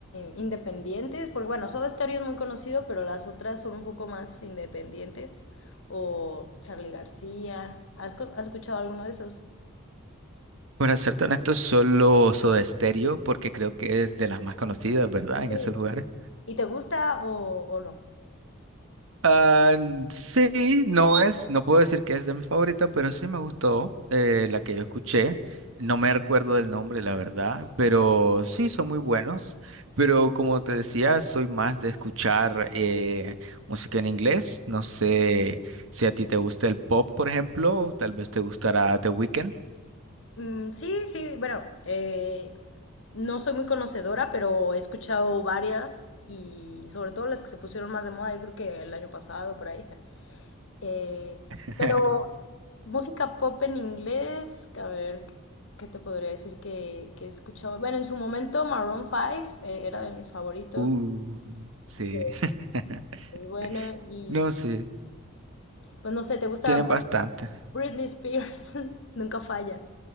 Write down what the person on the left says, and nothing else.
independientes, porque bueno, Soda Stereo es muy conocido, pero las otras son un poco más independientes. O Charlie García. ¿Has, co- has escuchado alguno de esos?
Sí.
¿Y te gusta o, o no?
Mm, sí, sí, bueno, eh, no soy muy conocedora, pero he escuchado varias y sobre todo las que se pusieron más de moda, yo creo que el año pasado, por ahí. Eh,
pero música pop en inglés, a ver, ¿qué te podría decir que, que he escuchado? Bueno, en su momento Maroon 5 eh, era de mis favoritos.
Sí,
es bueno. Y
pues no sé, ¿te gusta
Brit-
Britney Spears? <laughs> Nunca falla.